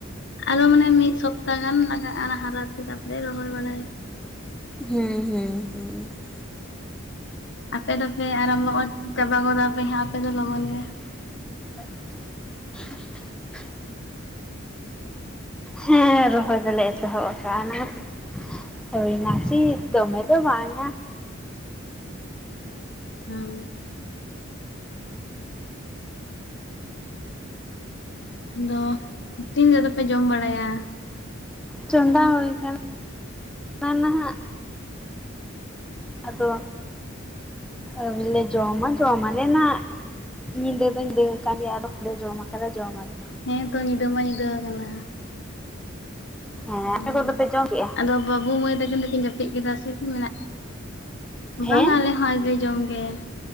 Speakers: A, on the left (about 60°); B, in the centre.
A: ᱟᱞᱮ ᱢᱟᱱᱮ ᱢᱤᱫ ᱥᱚᱯᱛᱟ ᱜᱟᱱ ᱞᱟᱜᱟᱜᱼᱟ, ᱚᱱᱟ ᱦᱟᱨᱟᱛᱮ ᱛᱟᱨᱯᱚᱨᱮ ᱨᱚᱦᱚᱭ ᱵᱟᱲᱟᱭ
B: ᱦᱩᱸ ᱦᱩᱸ ᱦᱩᱸ ᱾
A: ᱟᱯᱮ ᱫᱚᱯᱮ ᱟᱨᱟᱢᱚᱵᱚ ᱜᱚᱫ ᱪᱟᱵᱟ ᱜᱚᱫᱟ ᱯᱮ ᱦᱟᱸᱜ ᱟᱯᱮ ᱫᱚ ᱞᱚᱜᱚᱱ ᱜᱮ᱾
B: <inaudible> ᱦᱮᱸ ᱨᱚᱦᱚᱭ ᱫᱚᱞᱮ ᱮᱛᱚᱦᱚᱵ ᱠᱟᱜ ᱱᱟᱜ᱾ ᱦᱳᱭ ᱱᱟᱥᱤ ᱫᱚᱢᱮ ᱫᱚ ᱵᱟᱝᱟ ᱾
A: ᱦᱩᱸ ᱾ ᱟᱫᱚ ᱛᱤᱱ ᱨᱮ ᱫᱚ ᱯᱮ ᱡᱚᱢ ᱵᱟᱲᱟᱭᱟ?
B: ᱪᱚᱸᱫᱟ ᱦᱩᱭ ᱠᱟᱱᱟ ᱚᱱᱟ ᱱᱟᱦᱟᱸᱜ᱾ ᱟᱫᱚ ᱟᱹᱣᱨᱤ ᱞᱮ ᱡᱚᱢᱟ ᱡᱚᱢᱟᱞᱮ ᱱᱟᱸᱜ᱾ ᱧᱤᱫᱟᱹ ᱫᱚ ᱧᱤᱫᱟᱹ ᱠᱟᱱ ᱜᱮᱭᱟ ᱟᱫᱚ <unintelligible> ᱞᱮ ᱡᱚᱢ ᱠᱟᱫᱟ ᱡᱚᱢ ᱟᱞᱮ᱾
A: ᱦᱮᱸᱛᱚ ᱧᱤᱫᱟᱹ ᱢᱟ ᱧᱤᱫᱟᱹ ᱠᱟᱱᱟ
B: ᱦᱮᱸ ᱟᱯᱮ
A: ᱦᱩᱸ
B: ᱠᱚᱫᱚ ᱯᱮ ᱡᱚᱢ ᱠᱮᱜᱼᱟ
A: ᱟᱫᱚ ᱵᱟᱹᱵᱩ ᱢᱟᱹᱭ ᱛᱟᱠᱤᱱ ᱫᱚᱠᱤᱱ ᱡᱟᱹᱯᱤᱫ ᱠᱮᱫᱟ ᱥᱮ ᱠᱤᱱ ᱢᱮᱱᱟᱜ
B: ᱦᱮᱸ
A: ᱵᱟᱝᱟ ᱟᱞᱮ ᱦᱚᱸ ᱟᱞᱮ ᱡᱚᱝ ᱜᱮ᱾